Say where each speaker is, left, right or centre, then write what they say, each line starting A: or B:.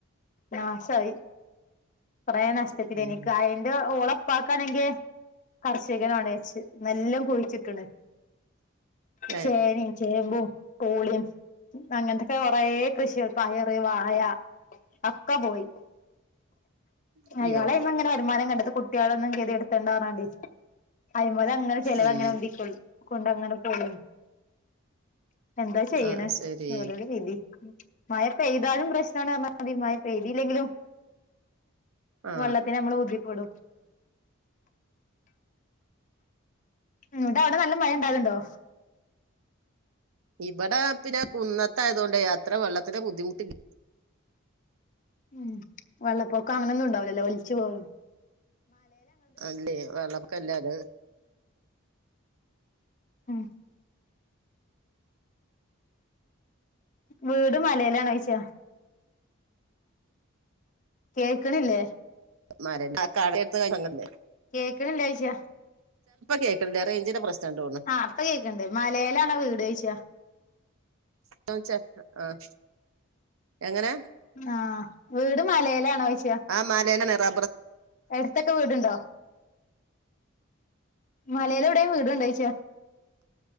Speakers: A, on the left (about 40°); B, on the right (about 80°).
A: നാശായി കൊറേ നഷ്ടത്തിലേനി
B: ഉം
A: ഇൻക്ക് അയിന്റെ ഓളെ ഇപ്പാക്കാണെങ്കിൽ കർഷകനാണ്ച്ച് എല്ലും കുഴിച്ചിട്ട്ണ്
B: ഏ
A: ചേനയും ചേമ്പും പൂളിയും അങ്ങൻത്തൊക്കെ കൊറേ കൃഷികൾ പയ ർ വാഴ അഒക്കെ പോയി
B: അയ്യോ
A: അയാള് ഞങ്ങള് ഇങ്ങനെ വെ തുമാരം കണ്ടത് കുട്ട്യളൊന്നും കെതി എട്ത്തെണ്ടാ ർഞ്ഞാണ്ടെ അയ്മല് അങ്ങനെ ചെലവങ്ങനെ
B: ഉം
A: ഉന്തി കൊ കൊണ്ടങ്ങനെ പോയിനി എന്താ ചെയ്യ്ണ്
B: അത് ശരി
A: ഒരോരൊ വിധി മഴ പെയ്താലും പ്രശ്നാണ് പറഞ്ഞ അത് ഈ മഴ പെയ്തില്ലെങ്കിലും
B: ആ
A: വെള്ളത്തിന് നമ്മള് ബുദ്ധിപ്പെടും ന്ന്ട്ട് അവിടെ നല്ല മഴ ഇണ്ടാവല്ണ്ടോ
B: ഇബടെ പിന്നെ കുന്നത്തായതോണ്ടെ അത്രെ വെള്ളത്തിന് ബുദ്ധിമുട്ടില്ല
A: ഉം വെള്ളപ്പൊക്കം അങ്ങനൊന്നും ഇണ്ടാവുലല്ലോ ഒലിച്ചു പോവല്
B: അല്ലേ വെള്ളപൊക്കല്ല അത്
A: ഉം വീട് മലേലാണോയിച്ച കേക്ക്ണില്ലേ?
B: മലൻ <unintelligible> അങ്ങല്ലേ
A: കേക്ക്ണ്ല്ലേ ഓയ്ചാ
B: കേൾക്കണില്ല റേഞ്ചിന്റെ പ്രശ്നം തോന്നുന്നു
A: ആഹ് ഇപ്പ കേക്ക്ണ്ട് മലേലാണോ വീട് ചോയിച്ച
B: ചോയ്ച്ച ആഹ് എങ്ങനെ
A: ആഹ് വീട് മലേലാണോ ചോയിച്ച
B: മലേലെന്നെ റബ്ബറ്
A: എട്ത്തൊക്കെ വീട്ണ്ടോ മലയിൽ എവിടേം വീട്ണ്ടോയ്ച്ച